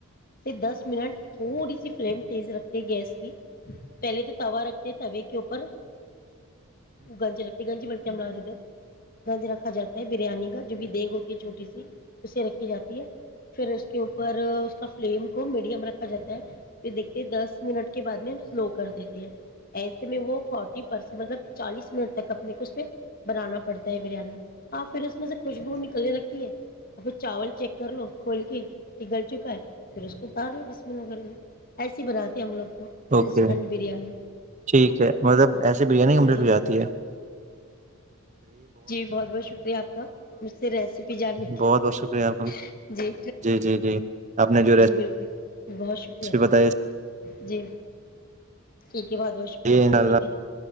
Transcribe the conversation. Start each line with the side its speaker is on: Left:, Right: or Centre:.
Left: سے دس منٹ تھوڑی سی فلیم تیز رکھتے گیس کی پہلے تو توا رکھتے ہیں توے کے اوپر گنجی رکھتی گنجی بالکل نے آ ر رد رکھا جاتا ہے بریانی کا جو بھی دیک ہوتی ہے چھوٹی سی اسے رکھی جاتی ہے پھر اس کے اوپر اس کا فم کو میڈیم رکھ خ جتے پھر دیکھتے دس منٹ کے بعد میں ہم سلو کر دیتے ہیں ایسے میں وہ فورٹی پرس مطلب چالیس منٹ اپنے کو اس پہ بنانا پڑتا ہے بریانی آپ پھر اس مجھ سے خوشبو نکلنے لگتی ہے ا پھر چاول چیک کر لو کھول کے کہ گل چپ پھر اس کو اتار لو جس لشم نگر میں ایسی ہی بناتے ہیں ہم لوگ کو
Right: اوکے
Left: انسٹنٹ بریانی
Right: ٹھیک ہے مطلب ایسے بریانی کمپلیٹ
Left: جی
Right: ہو جاتی ہے
Left: جی بہت بہت شکریہ آپ کا مجھ سے ریسیپی جاننے کی
Right: بہت بہت شکریہ آپ کا
Left: جی
Right: جی جی آپ نے جو
Left: جی بالکل بہت شکریہ
Right: ریسیپی
Left: آپ کا
Right: بتائی
Left: جی ٹھیک ہے بہت بہت شکریہ
Right: ان
Left: آپ کا
Right: شاء اللہ
Left: ٹھیک ہے